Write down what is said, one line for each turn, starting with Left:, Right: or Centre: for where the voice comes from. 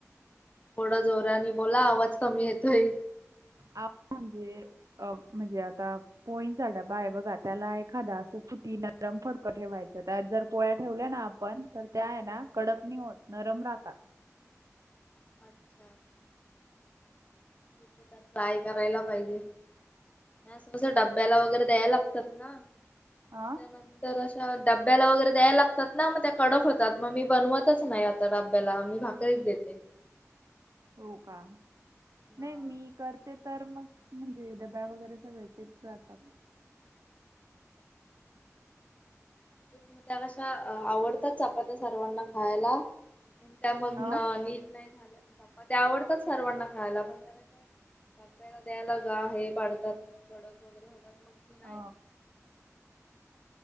Left: थोड जोरानी बोला आवाज कमी येतोय.
Right: आओ म्हणजे अ म्हणजे आता पोळीचा डबा हाय बघा, त्याला एखादा असं सुती नरम फडक ठेवायचं त्यात जर पोळ्या ठेवल्या ना आपण, तर त्या आहे ना
Left: हा
Right: कडक नाही होत नरम राहतात.
Left: अच्छा. एकदा ट्राय करायला पाहिजे, नाही असल सोडा डब्याला वगैरे दयाय लागतात ना,
Right: हा
Left: मग त्या नंतर तर अशा डब्याला वगैरे द्याय लागतात ना, म त्या कडक होतात, मग मी बनवतच नाही आता डब्याला मी भाकरी तरीच देते.
Right: हो का?
Left: हा.
Right: नाही मी कर ते तर मग म्हणजे डब्या वगैरे सगळ तेच जातात.
Left: ते मग त्या कशा आवडतात? चपात्या सर्वांना खायला. पन त्या मग
Right: आ
Left: न नीट नाही झालं, ते चपात्या आवडतात सर्वांना खायला पण, त्याला काय डब्याला द्यायला गार हे पडतात, कडक वगैरे होतात, मग मी नाही
Right: ह
Left: देत.